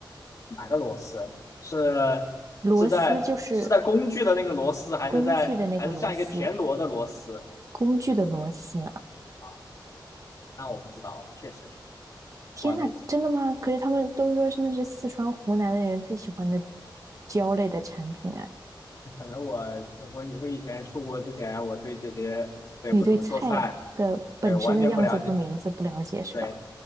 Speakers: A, on the left; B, on the right.
A: 哪个螺丝？是是在是在工具的那个螺丝，
B: 螺丝就是
A: 还是在还是像一个田螺的螺丝
B: 工具的那个螺丝，工具的螺丝。
A: 啊？那我不知道，确实
B: 天呐，
A: 我还没。
B: 真的吗？可是他们都说是那是四川、湖南的人最喜欢的椒类的产品啊。
A: 可能我我我以前出国之前，我对这些对不怎么做菜，
B: 你对菜的本身的样子和名字不了解是吧？
A: 对完全不了解。对